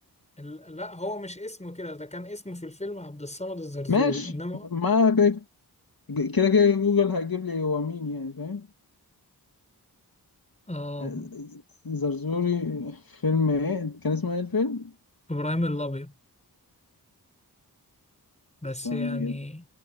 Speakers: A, on the left (about 15°); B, on the left (about 60°).
A: ال- لا هو مش اسمه كده ده كان اسمه في الفيلم عبد الصمد الزرزوري
B: ماشي
A: انما
B: ما كده كده كده جوجل هيجيب لي هو مين يعني فاهم
A: اه
B: آه، زرزوري فيلم ايه كان اسمه ايه الفيلم
A: ابراهيم الابيض بس
B: استنى
A: يعني
B: كده